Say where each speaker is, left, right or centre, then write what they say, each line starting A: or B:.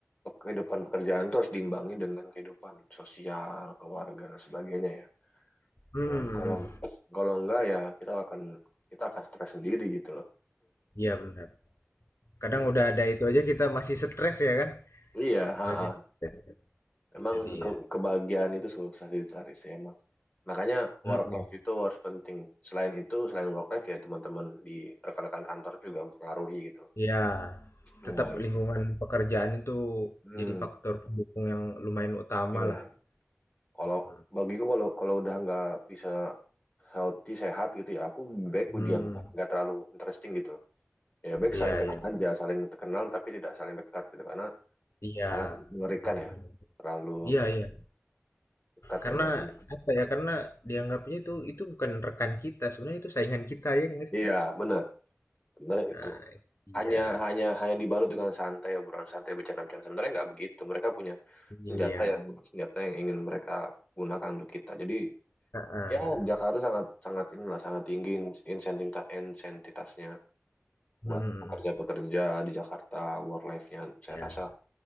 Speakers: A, on the left; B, on the left.
A: kehidupan pekerjaan tuh harus diimbangi dengan kehidupan sosial, keluarga dan sebagainya ya.
B: Hmm,
A: Ya, kalau kalau enggak ya kita akan kita akan stres sendiri gitu loh.
B: iya benar. Kadang
A: Gitu.
B: udah ada itu aja kita masih stres ya kan?
A: Iya, ha
B: Masih
A: -ha.
B: stres, ya.
A: Emang
B: itu dia.
A: ke kebahagiaan itu susah dicari sih emang. Makanya
B: Mhm,
A: work life itu harus penting. Selain itu, selain work life ya teman-teman di rekan-rekan kantor juga mempengaruhi gitu loh.
B: iya,
A: Wah,
B: tetap
A: gitu.
B: lingkungan pekerjaan itu
A: Hmm,
B: jadi faktor pendukung yang lumayan utama
A: iya.
B: lah,
A: Kalau
B: mhm,
A: bagiku kalau kalau udah nggak bisa healthy sehat gitu ya, aku baik
B: mhm,
A: diam kok. nggak terlalu interesting gitu. ya baik
B: iya
A: saling kenal
B: iya
A: aja
B: iya.
A: saling terkenal tapi tidak saling dekat gitu karena
B: Iya,
A: sangat mengerikan
B: benar
A: ya
B: benar.
A: terlalu
B: Iya iya,
A: dekat
B: karena
A: dengan dekat.
B: apa ya, karena dianggapnya itu itu bukan rekan kita, sebenarnya itu saingan kita ya nggak sih?
A: iya benar sebenarnya
B: Nah,
A: itu
B: iya,
A: hanya hanya hanya dibalut dengan santai obrolan santai bercanda-bercanda sebenarnya nggak begitu mereka punya senjata
B: iya,
A: yang senjata yang ingin mereka gunakan untuk kita jadi
B: heeh.
A: ya Jakarta sangat sangat inilah sangat tinggi insentitas insentitasnya
B: Mhm
A: buat pekerja-pekerja di Jakarta work life-nya saya
B: ya.
A: rasa